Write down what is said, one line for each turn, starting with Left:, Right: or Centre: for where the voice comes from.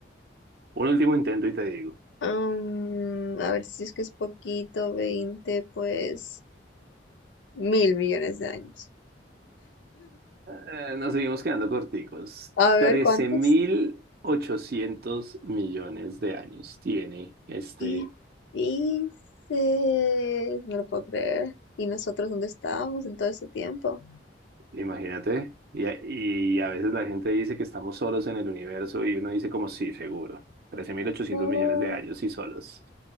Right: Un último intento y te digo.
Left: Mm, a ver si es que es poquito, 20, pues mil millones de años.
Right: Eh, nos seguimos quedando corticos.
Left: A ver,
Right: Trece
Left: ¿cuántos?
Right: mil ochocientos millones de años tiene este,
Left: ¿Qué dices? No lo puedo creer. ¿Y nosotros dónde estábamos en todo ese tiempo?
Right: imagínate. Y, a- y a veces la gente dice que estamos solos en el universo y uno dice como sí, seguro. Trece mil ochocientos
Left: Oh,
Right: millones de años y solos.